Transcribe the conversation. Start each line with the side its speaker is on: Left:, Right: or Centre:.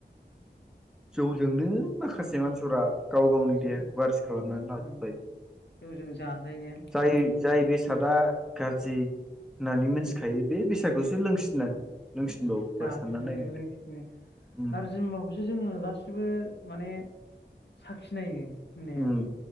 Centre: जौ जोंनो माखासे मानसिफोरा गाव गावनि
Left: जि
Centre: देहाखौ गाज्रि खालामनानै लाजोब्बाय
Left: उम जौजों जाजायनाया
Centre: जाय
Left: जौ
Centre: जाय बेसादा गाज्रि होननानै मोनथिखायो
Left: उम
Centre: बे बेसादखौसो लोंसिननानै लोंसिनबावो होनबा
Left: जासिनो
Centre: सानना नायदो
Left: लोंसिनो
Centre: उम
Left: गारजि मुवाखौसो जोंङो गासिबो माने साखिनायो होननाया
Centre: उम